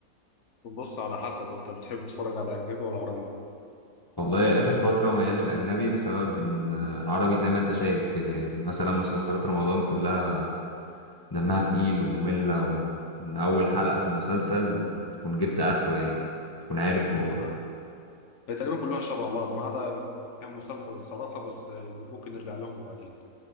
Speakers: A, on the left (about 55°); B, on the left (about 30°).
A: بص على حسب انت بتحب تتفرج على اجنبي ولا عربي
B: والله اخر فتره ميال للاجنبي بسبب ان آه، العربي زي ما انت شايف كده يعني مثلا مسلسلات رمضان كلها دمها تقيل وممله ومن اول حلقه في المسلسل تكون جبت اخره يعني تكون عارف
A: بس-
B: هو
A: آه، هي تقريبا كلها شبه بعض ما عدا كام مسلسل الصراحه بس آه، ممكن نرجع لهم بعدين